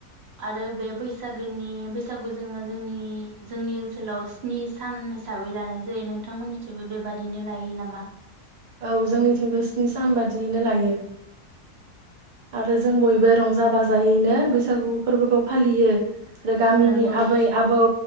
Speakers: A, on the right; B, on the right.
A: आरो बे बैसागोनि बैसागु जोङो जों जोंनि ओनसोलाव स्नि सान हिसाबै लानाय जायो नोंथांमोननिथिबो बेबादिनो लायो नामा
B: औ जोंनिथिंबो स्नि सान बादियैनो लायो आरो जों बयबो रंजा बाजायैनो बैसागु फोरबोखौ फालियो आरो गामिनि
A: नंगौ
B: आबै-आबौ